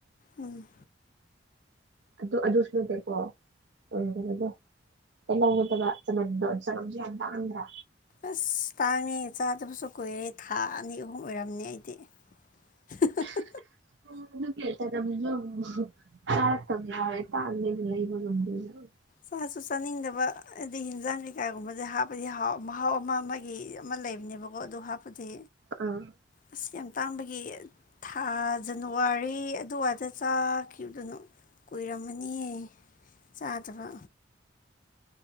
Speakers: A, on the left (about 45°); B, on the right (about 70°).
A: ꯎꯝ
B: ꯑꯗꯨ ꯑꯗꯨꯁꯨ ꯅꯠꯇꯦꯀꯣ ꯎꯝ ꯀꯩꯅꯣꯗꯣ ꯇꯩꯜꯂꯧ ꯅꯠꯇꯕ ꯆꯅꯝꯗꯣ ꯆꯅꯝꯖꯨ ꯌꯥꯝ ꯇꯥꯡꯗꯥꯔ
A: ꯑꯁ ꯇꯥꯡꯉꯦ ꯆꯥꯗꯕꯁꯨ ꯀꯨꯏꯔꯦ ꯊꯥ ꯑꯅꯤ ꯑꯍꯨꯝ ꯑꯣꯏꯔꯝꯅꯤ ꯑꯩꯗꯤ <unintelligible>
B: <unintelligible> <unintelligible>
A: ꯆꯥꯁꯨ ꯆꯥꯅꯤꯡꯗꯕ ꯍꯥꯏꯗꯤ ꯍꯤꯟꯖꯥꯡ ꯀꯩꯀꯥꯒꯨꯝꯕꯗ ꯍꯥꯞꯄꯗꯤꯥ ꯍꯥꯎ ꯃꯍꯥꯎ ꯑꯃ ꯑꯃꯒꯤ ꯑꯃ ꯂꯩꯕꯅꯦꯕ ꯋꯣ ꯑꯗꯨ ꯍꯥꯞꯄꯗꯤ
B: ꯎꯝ
A: ꯑꯁ ꯌꯥꯝ ꯇꯥꯡꯕꯒꯤ ꯊꯥ ꯖꯅꯋꯥꯔꯤ ꯑꯗꯨꯋꯥꯏꯗ ꯆꯥꯈꯤꯕꯗꯨꯅꯣ ꯀꯨꯏꯔꯝꯃꯅꯤꯌꯦ ꯆꯥꯗꯕ